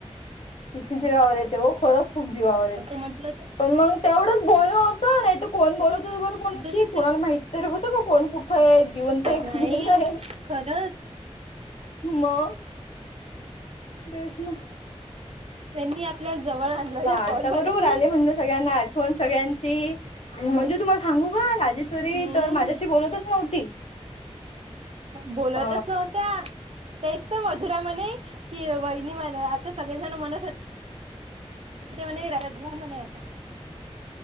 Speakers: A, on the left; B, on the right.
A: कीती जीवावर येते वो खरंच खूप जीवावर येते
B: होत म्हटलं
A: पण मग तेवढंच बोलण होत. हा नाही त कोण बोलत बर
B: तर
A: कोणाशी कुणाला माहित तरी होतं का कोण कुठं ये आहे जीवन ते एक
B: नाही
A: मेलये
B: खरंच
A: मग तेचन
B: त्यांनी आपल्या जवळ आणलं या कॉलपाल्यानी
A: आता बरोबर आले म्हणलं सगळ्यांना आठवण सगळ्यांची म्हणजे तुम्हाला सांगू का राजेश्वरी
B: हम्म
A: तर माझ्याशी बोलतच नव्हती.
B: बोलतच
A: ह
B: नव्हत्या तेच तर मधुरामध्ये कि वहिनी म सगळेजण मन राय घ्या म्हणा आ